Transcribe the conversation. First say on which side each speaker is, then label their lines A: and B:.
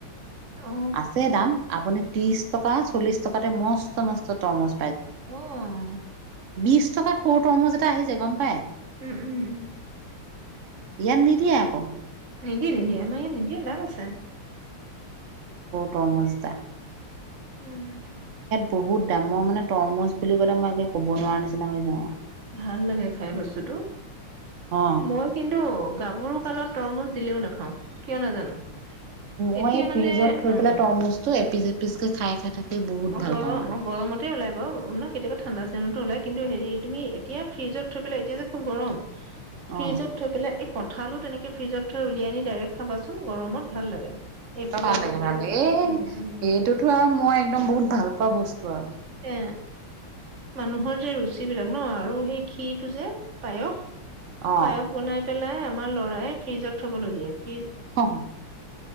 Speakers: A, on the right; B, on the right.
A: অ অ
B: আছে দাম আপুনি ত্ৰিশ টকা চল্লিশ টকাতে মস্ত - মস্ত তৰমজ।
A: অহ',
B: বিশ টকাৰ সৰু তৰমুজ এটা আহি যায় গম পায়।
A: উম- উম - উম।
B: ইয়াত নিধিয়ে আকৌ।
A: নিদিয়ে - নিদিয়ে আমাৰ নিদিয়ে দাম আছে।
B: ৰমজ দা।
A: উম - উম।
B: বহুত দামৰ মানে তৰমুজ বুলি ক'লে মই একে ক'ব নোৱাৰা নিচিনা হৈ যাও।
A: ভাল লাগে খাই বস্তুতটো
B: অ'।
A: মই কিন্তু গাভৰু কালত। তৰমুচ দিলেও নাখাও কিয় নাজানো।
B: মই
A: এতিয়া
B: এই
A: মানে
B: ফ্ৰিজত থৈ
A: অ
B: পেলাই তৰমুজটো এপিচ এপিচ কে খাই - খাই। থাকি বহুত
A: অ,
B: ভাল
A: গৰম
B: পাওঁ মানে।
A: - অ, গৰমতে ওলাই। ব ন কেতিয়াবা ঠাণ্ডা চিজেনটোওলায় কিন্তু হেৰি তুমি এতিয়া ফিজত থৈ পেলাই এতিয়া যে খুব গৰম।
B: অ'
A: ফ্ৰিজত থৈ পেলাই। কঠালো তেনেকে ফ্ৰিজত থৈ উলিয়াইনি ডাইৰেক্ট খাবাচোন গৰমত ভাল লাগে। এফুটা
B: ভালে
A: দুফুটা
B: - ভাল
A: তেনেকে
B: এ
A: ভাল লাগে
B: এইটোতো আৰু মই একদম বহুত ভাল পোৱা বস্তু আৰু।
A: এ মানুহৰ যে ৰুচি বিলাক ন আৰু সেই ক্ষীৰটো যে পায়স।
B: অ'।
A: পায়স বনাই পেলাই আমাৰ ল'ৰাই ফ্ৰিজত থবলগীয়া ফ্ৰিজ।
B: অ'